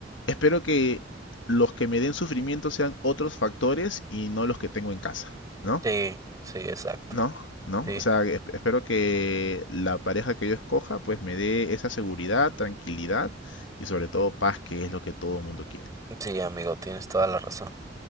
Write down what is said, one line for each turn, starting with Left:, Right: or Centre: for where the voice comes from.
Left: Espero que los que me den sufrimiento sean otros factores y no los que tengo en casa, ¿no?
Right: Sí, sí, exacto.
Left: ¿No? ¿No?
Right: Sí,
Left: O sea, esp- espero que la pareja que yo escoja pues me dé esa seguridad, tranquilidad y sobre todo paz, que es lo que todo el mundo quiere.
Right: sí, amigo, tienes toda la razón.